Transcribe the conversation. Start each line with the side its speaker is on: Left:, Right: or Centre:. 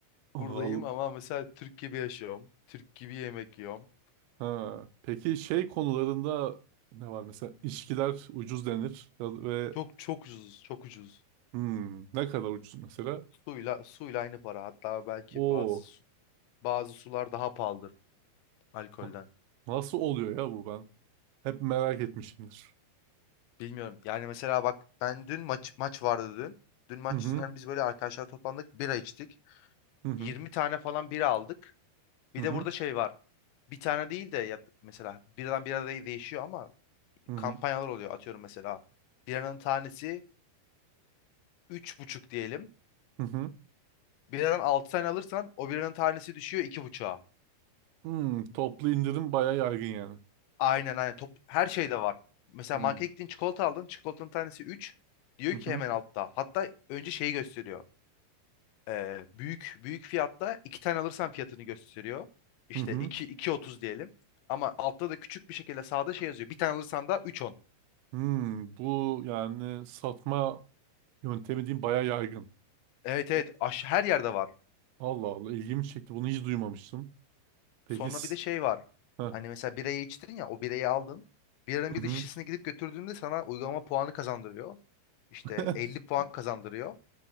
Right: <laughs> Al-
Left: Buradayım ama mesela Türk gibi yaşıyorum. Türk gibi yemek yiyorum.
Right: Ha. Peki şey konularında ne var mesela ilişkiler ucuz denir Ya- ve
Left: Çok çok ucuz, çok ucuz.
Right: hmm, ne kadar ucuz mesela?
Left: Suyla suyla aynı para. Hatta belki
Right: Oo.
Left: bazı su- bazı sular daha pahalıdır alkolden.
Right: na- Nasıl oluyor ya bu ben? Hep merak etmişimdir.
Left: Bilmiyorum. Yani mesela bak ben dün maç maç vardı dün. Dün maç
Right: Hı hı.
Left: yüzünden biz böyle arkadaşlar toplandık, bira içtik.
Right: Hı hı.
Left: 20 tane falan bira aldık. Bir
Right: Hı hı.
Left: de burada şey var. Bir tane değil de ya mesela biradan bira de- değişiyor ama
Right: Hı
Left: kampanyalar
Right: hı.
Left: oluyor atıyorum mesela. Biranın tanesi üç buçuk diyelim.
Right: Hı hı.
Left: Biradan 6 tane alırsan o biranın tanesi düşüyor 2,5'a.
Right: Hmm, toplu indirim bayağı yaygın yani.
Left: Aynen aynen. Top, her şeyde var. Mesela
Right: Hmm.
Left: markete gittin çikolata aldın. Çikolatanın tanesi üç Diyor
Right: Hı hı.
Left: ki hemen altta. Hatta önce şeyi gösteriyor. Ee, büyük büyük fiyatta 2 tane alırsan fiyatını gösteriyor. İşte
Right: Hı hı.
Left: iki iki otuz diyelim. Ama altta da küçük bir şekilde sağda şey yazıyor. Bir tane alırsan da üç on.
Right: Hmm, bu yani satma yöntemi diyeyim bayağı yaygın.
Left: Evet evet.
Right: Bu-
Left: Aş her yerde var.
Right: Allah Allah ilgimi çekti. Bunu hiç duymamıştım. Peki
Left: Sonra
Right: s-
Left: bir de şey var.
Right: Heh.
Left: Hani mesela birayı içtin ya o birayı aldın. Biranın bir
Right: Hı hı.
Left: de şişesini gidip götürdüğünde sana uygulama puanı kazandırıyor. İşte
Right: <laughs>
Left: 50 puan kazandırıyor.